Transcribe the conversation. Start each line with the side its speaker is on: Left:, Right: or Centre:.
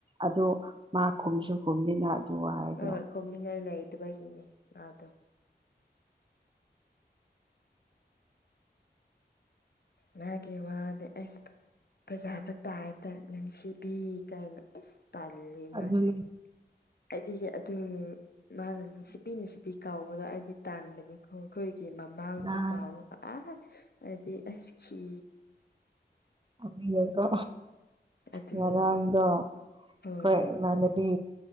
Right: ꯑꯗꯨ ꯃꯥ ꯈꯨꯝꯁꯨ ꯈꯨꯝꯗꯅ ꯑꯗꯨ ꯋꯥꯍꯩꯗꯣ
Left: ꯑ ꯀꯨꯝꯃꯤ ꯀꯥꯏ ꯂꯩꯥꯏꯇ ꯄꯒꯤꯅꯦꯦ ꯑꯗꯣ ꯃꯥ ꯀꯦ ꯋꯥꯗꯦ ꯑꯁ ꯐꯖꯥꯕ ꯇꯥꯏꯗ ꯅꯨꯡꯁꯤꯕꯤ ꯀꯥꯏꯅ ꯑꯁ ꯇꯥꯜꯂꯤ ꯃꯥꯁꯦ
Right: ꯑꯗꯨꯅꯦ
Left: ꯍꯥꯏꯗꯤ ꯑꯗꯨ ꯃꯥꯅ ꯁꯤꯄꯤ ꯅꯨꯡ ꯁꯤꯄꯤ ꯀꯥꯎ ꯑꯩꯗꯤ ꯇꯥꯟꯕꯅꯤ ꯈꯈꯣꯏꯒꯤ ꯃꯃꯥꯡꯁꯨ
Right: ꯅꯍꯥꯟ
Left: ꯀꯥꯎꯔꯕ ꯑ ꯍ ꯑꯁ ꯊ
Right: ꯑꯗꯨꯀꯣ
Left: ꯑꯗꯨꯅꯤ
Right: ꯉꯔꯥꯡꯗꯣ ꯑꯩꯈꯣꯏ
Left: ꯍꯣꯏ
Right: ꯏꯃꯥꯟꯅ ꯕꯤ